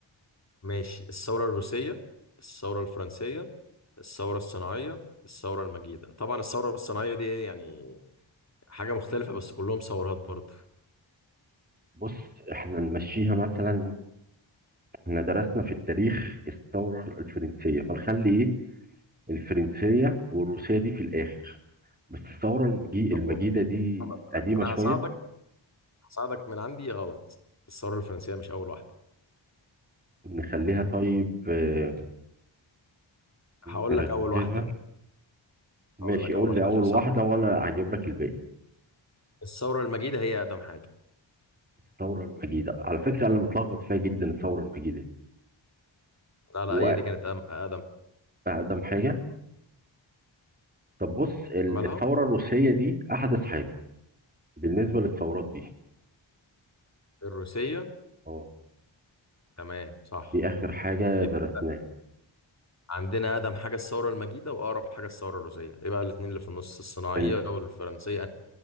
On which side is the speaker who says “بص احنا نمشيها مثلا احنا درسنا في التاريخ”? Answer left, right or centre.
Right